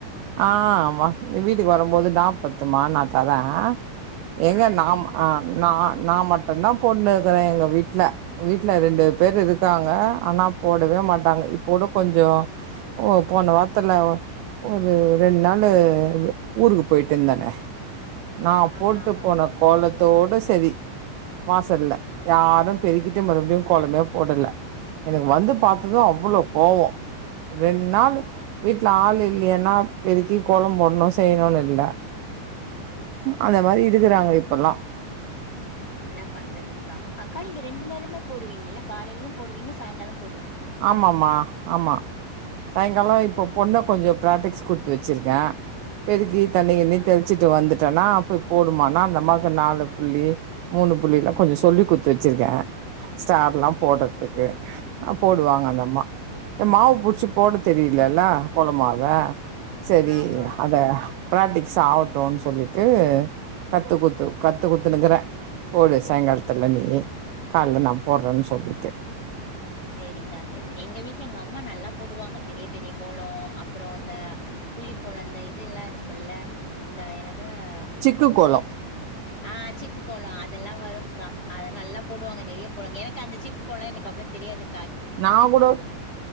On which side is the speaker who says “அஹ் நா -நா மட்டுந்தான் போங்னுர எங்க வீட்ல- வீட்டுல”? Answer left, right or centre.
Right